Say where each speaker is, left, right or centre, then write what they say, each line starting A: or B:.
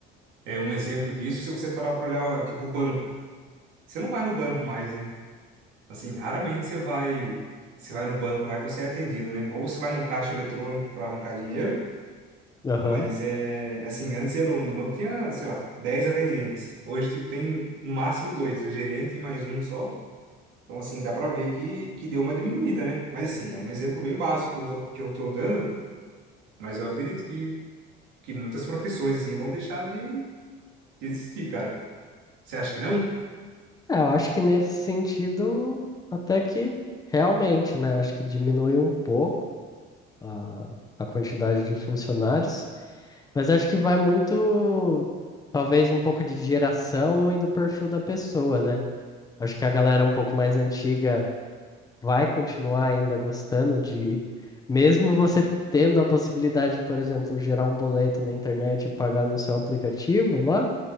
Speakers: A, on the right; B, on the left.
A: É um exemplo disso, se você parar pra olhar, ó, tipo, o banco. Você não vai no banco mais, né? Assim, raramente você vai, você vai no banco lá e você é atendido, né? Ou você vai no caixa eletrônico pra arrancar dinheiro,
B: Aham.
A: mas é, assim, antes eu no, no banco tinha, sei lá, 10 atendentes. Hoje, tipo, tem no máximo dois, o gerente e mais um só. Então, assim, dá pra ver que, que deu uma diminuída, né? Mas, assim, é um exemplo bem básico que eu tô, que eu tô dando, mas eu acredito que, que muitas profissões, assim, vão deixar de, de existir, cara. Você acha que não?
B: É, eu acho que nesse sentido, até que realmente, né? Acho que diminui um pouco a, a quantidade de funcionários, mas acho que vai muito, talvez, um pouco de geração e do perfil da pessoa, né? Acho que a galera um pouco mais antiga vai continuar ainda gostando de, mesmo você tendo a possibilidade de, por exemplo, gerar um boleto na internet e pagar no seu aplicativo lá,